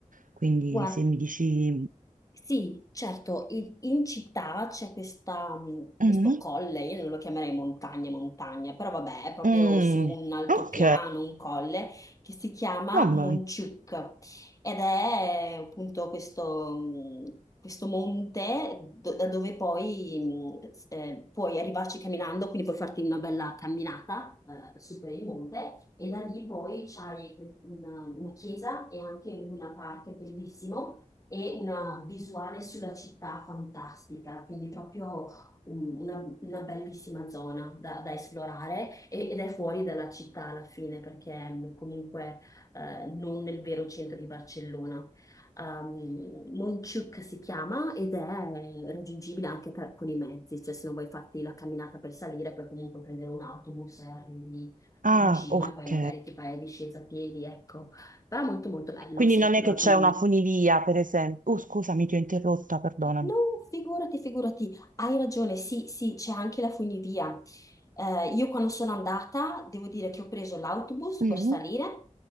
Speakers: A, on the right; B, on the left.
A: Quindi
B: Guarda,
A: se mi dici...
B: Sì, certo, in, in città c'è questa, mh,
A: Mhm.
B: questo colle, io non lo chiamerei montagna, montagna, però vabbè, è proprio
A: Mm,
B: su un altopiano,
A: ok,
B: un colle, che si chiama
A: va bene.
B: Monciuc ed è eh, appunto questo, mh, questo monte do- da dove poi mh, s- eh, puoi arrivarci camminando, quindi puoi farti una bella camminata eh, su per il monte e da lì poi c'hai una, una chiesa e anche un luna park bellissimo e una visuale sulla città fantastica, quindi proprio un- una, una bellissima zona da, da esplorare e- ed è fuori dalla città alla fine perché è mm, comunque eh, non nel vero centro di Barcellona. Um, Montjuïc si chiama ed è raggiungibile anche per- con i mezzi, cioè se non vuoi farti la camminata per salire, puoi comunque prendere un autobus e arrivi
A: Ah,
B: in cima
A: ok.
B: e poi magari ti fai la discesa a piedi, ecco. Però molto molto bello,
A: Quindi
B: sì,
A: non è
B: lo
A: che
B: raccomando.
A: c'è una funivia, per esempio. Oh, scusami, ti ho interrotta, perdonami.
B: No, figurati, figurati, hai ragione, sì, sì, c'è anche la funivia. Eh, io quando sono andata, devo dire che ho preso l'autobus
A: Mm,
B: per salire